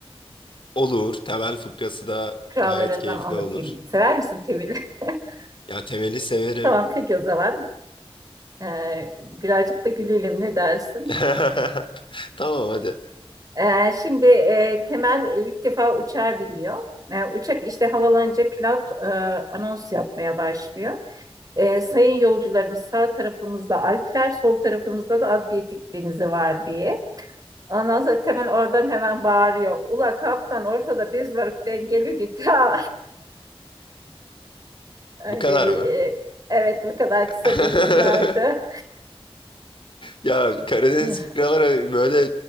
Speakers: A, on the left (about 55°); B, on the right (about 35°).
A: Olur. Temel fıkrası da
B: fıkralarından
A: gayet keyifli
B: anlatayım.
A: olur.
B: Sever misin Temel? <laughs>
A: Ya Temel'i severim.
B: Tamam peki o zaman. Ee, birazcık da gülelim ne dersin?
A: <laughs> Tamam hadi.
B: Ee, şimdi e, Temel ilk defa uçağa biniyor. Ee, uçak işte havalanınca pilot e, anons yapmaya başlıyor. Ee, sayın yolcularımız sağ tarafımızda Alpler, sol tarafımızda da Adriyatik Denizi var diye. Ondan sonra Temel oradan hemen bağırıyor. Ula kaptan ortada biz varık dengeli git <laughs> ha. Öyle
A: Bu kadar
B: bir
A: mı?
B: e, evet bu kadar
A: <laughs>
B: kısa bir fıkraydı.
A: Ya Karadeniz
B: Ya,
A: fıkraları böyle